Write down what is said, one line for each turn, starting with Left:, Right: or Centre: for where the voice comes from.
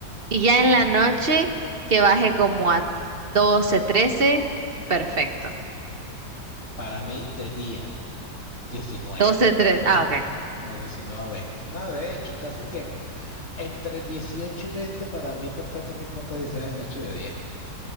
Right: Y ya en la noche que baje como a 12 13 perfecto.
Left: Para mí, de día, diecinueve,
Right: doce 13,
Left: veinte,
Right: ah, ok.
Left: No, diecinueve veinte. 20. No, de hecho, casi que entre dieciocho y veinte para mí es perfecto, no importa si sea de noche y de día.